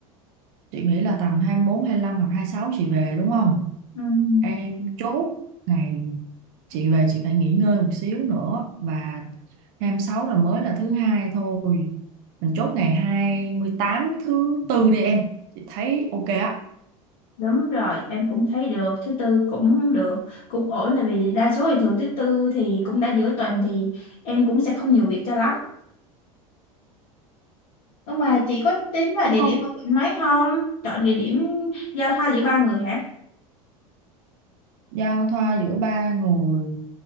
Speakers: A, on the right; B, on the left.
A: chị nghĩ là tầm 24, lăm hoặc hai sáu chị về đúng không
B: Ừm,
A: em chốt ngày chị về chị phải nghỉ ngơi một xíu nữa và 26 là mới là thứ hai thôi mình chốt ngày 28 thứ tư đi em chị thấy ok á
B: đúng rồi, em cũng thấy được. Thứ tư cũng được, cũng ổn. Tại vì đa số thì thường thứ tư thì cũng đã giữa tuần thì em cũng sẽ không nhiều việc cho lắm. Nhưng mà chị có tính là
A: đúng
B: địa
A: không
B: điểm ở quận mấy không? Chọn địa điểm giao thoa giữa ba người hả?
A: giao thoa giữa ba người